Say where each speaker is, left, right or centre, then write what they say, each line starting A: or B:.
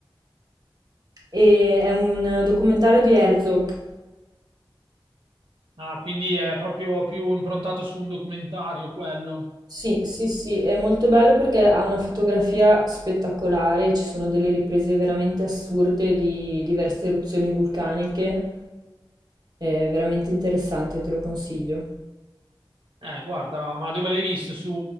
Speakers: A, on the right; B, on the right.
A: e è un documentario di Herzog.
B: Ah, quindi è proprio più improntato su un documentario quello.
A: Sì, sì, sì, è molto bello perché ha una fotografia spettacolare, ci sono delle riprese veramente assurde di diverse eruzioni vulcaniche, è veramente interessante, te lo consiglio.
B: Eh, guarda, ma dove l'hai visto? Su,